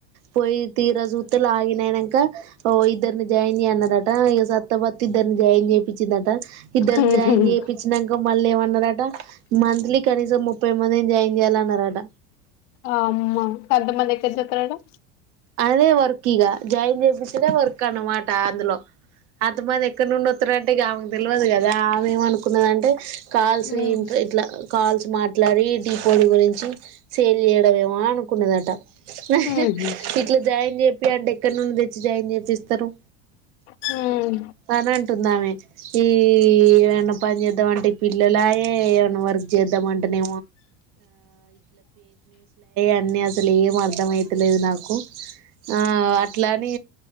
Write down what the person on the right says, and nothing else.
పోయి తీర సుతులు ఆగినయనాకఓ ఇద్దరిని జాయిన్ చేయ్య అన్నారట సత్తబతిద్దని జాయిన్ చేయిించిందట ఇద్దరుని
జాయిన్ చేయిించినాక మళ్ళీమ న్నరాట మంత్లీ కనీసం ముప్పై మంది జాయిన్ చేయాలన్నరాట
అదే వర్క్ ఇక జాయిన్ చేపిచిన వర్క్ క్క అనమాట అందులో అది మంది ఎక్కడ నుడి వతురంటేగావ తెలియదు కదా ఆమె ఏమ అనుకున్నదింటే కాల్స్
ఇ ఇట్లా కాల్స్ మాట్లాడి దీపావళి గురించి సేల్ చేయడేమో అనుకున్నదట న
ఇట్లా జాయిన్ చెప్పి అంటే ఎక్కడ నుం తెచ్చి జాయిన్ చేసిస్తారు
అని అంటుంద ఆమె ఈ ఏమన్నా పని చేద్దాం అంటే ఈ పిల్లలాయ ఏమన్నా వర్క్ చేద్దాంంటే ఇ అన్నన్ని అసలు ఏం అర్థం అయితలేదు నాకు కు ఆ అట్లాని